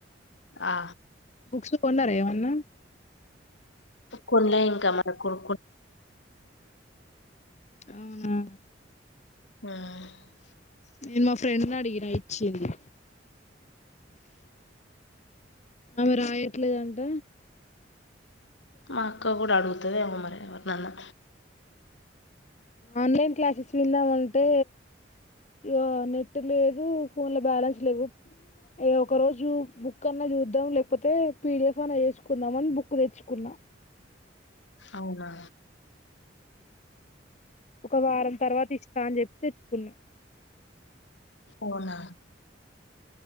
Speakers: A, on the left; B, on the left.
A: ఆ
B: బుక్స్ కొన్నారా ఎమన్నా
A: కొన్లే ఇంకా మనకు <unintelligible>
B: అవునా
A: ఉమ్
B: నేను మా ఫ్రెండ్ని అడిగినా ఇచ్చింది ఆమె రాయట్లేదంట
A: మా అక్క కూడా అడుగుతది ఏమో మరి ఎవరినన్నా
B: ఆన్లైన్ క్లాసెస్ విందామంటే ఇగో నెట్ లేదు ఫోన్లో బ్యాలెన్స్ లేవు ఒకరోజు బుక్ అన్నా చూద్దాం లేకపోతే పీడిఎఫ్ అన్నా చేసుకుందాం అని బుక్ తెచ్చుకున్నా
A: అవునా
B: ఒక వారం తర్వాత ఇస్తా అని చెప్పి తెచ్చుకున్నా
A: ఆవునా